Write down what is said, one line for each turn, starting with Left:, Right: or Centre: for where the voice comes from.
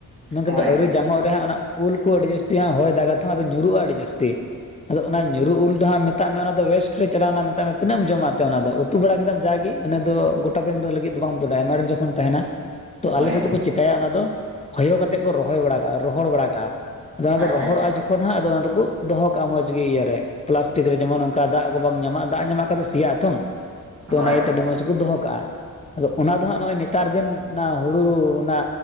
Left: ᱚᱱᱟ
Right: ᱦᱳᱭ
Left: ᱠᱚᱫᱚ ᱟᱹᱣᱨᱤ ᱡᱟᱸᱧᱚᱜ ᱨᱮ ᱦᱟᱸᱜ ᱚᱱᱟ ᱩᱞ ᱠᱚ ᱟᱹᱰᱤ ᱡᱟᱹᱥᱛᱤ ᱦᱟᱸᱜ ᱦᱚᱭ ᱫᱟᱜᱟ ᱛᱚ ᱟᱫᱚ ᱧᱩᱨᱩᱜᱼᱟ ᱟᱹᱰᱤ ᱡᱟᱹᱥᱛᱤ᱾ ᱟᱫᱚ ᱚᱱᱟ ᱧᱩᱨᱩ ᱩᱞ ᱫᱚ ᱦᱟᱸᱜ ᱢᱮᱛᱟᱜ ᱢᱮ ᱚᱱᱟ ᱫᱚ ᱵᱮᱥᱴ, ᱨᱤ ᱪᱟᱞᱟᱣᱱᱟ ᱢᱮᱛᱟᱜ ᱢᱮ ᱛᱤᱱᱟᱹᱜ ᱮᱢ ᱡᱚᱢᱟ ᱟᱫᱚ ᱚᱱᱟ ᱫᱚ ᱩᱛᱩ ᱵᱟᱲᱟ ᱠᱮᱫᱟᱢ ᱡᱟᱜᱮ ᱤᱱᱟᱹ ᱫᱚ ᱜᱚᱴᱟ ᱫᱤᱱ ᱫᱚ ᱞᱟᱹᱜᱤᱫ ᱫᱚ ᱵᱟᱝ ᱩᱛᱩ ᱫᱟᱲᱮᱭᱟᱜᱼᱟ ᱟᱭᱢᱟ ᱡᱚᱢ, ᱯᱷᱚᱱ ᱛᱟᱦᱮᱱᱟ᱾ ᱛᱚ ᱟᱞᱮ
Right: ᱦᱳᱭ
Left: ᱥᱮᱫ ᱫᱚᱠᱚ ᱪᱮᱠᱟᱭᱟ ᱚᱱᱟ ᱫᱚ ᱦᱚᱭᱚ ᱠᱟᱛᱮᱫ ᱠᱚ ᱨᱚᱦᱚᱭ ᱵᱟᱲᱟ ᱠᱟᱜᱼᱟ ᱨᱚᱦᱚᱲ ᱵᱟᱲᱟ ᱠᱟᱜᱼᱟ᱾ ᱟᱫᱚ ᱚᱱᱟ ᱫᱚ
Right: ᱟᱪᱪᱷᱟ
Left: ᱨᱚᱦᱚᱲᱚᱜᱼᱟ
Right: ᱟᱪᱪᱷᱟ
Left: ᱡᱚᱠᱷᱚᱱ ᱦᱟᱸᱜ ᱟᱫᱚ ᱚᱱᱟ ᱫᱚᱠᱚ ᱫᱚᱦᱚ ᱠᱟᱜᱼᱟ ᱢᱚᱡᱽ ᱜᱮ ᱤᱭᱟᱹᱨᱮ ᱯᱞᱟᱥᱴᱤᱠ ᱨᱮ ᱡᱮᱢᱚᱱ ᱚᱱᱠᱟ ᱫᱟᱜᱽ, ᱠᱚ ᱵᱟᱢ ᱧᱟᱢᱟᱜ-ᱟ ᱫᱟᱜᱽ ᱧᱟᱢᱟᱜ ᱠᱷᱟᱱ ᱫᱚ ᱥᱮᱭᱟᱜ ᱟᱛᱷᱚᱝ ᱛᱚ
Right: ᱦᱳᱭ
Left: ᱚᱱᱟ ᱤᱭᱟᱹᱛᱮ ᱟᱹᱰᱤ ᱢᱚᱡᱽ ᱠᱚ ᱫᱚᱦᱚ ᱠᱟᱜᱼᱟ᱾ ᱟᱫᱚ ᱚᱱᱟ ᱫᱚ ᱦᱟᱸᱜ ᱱᱚᱜᱼᱚᱭ ᱱᱮᱛᱟᱨ ᱫᱤᱱ ᱚᱱᱟ ᱦᱩᱲᱩ ᱚᱱᱟ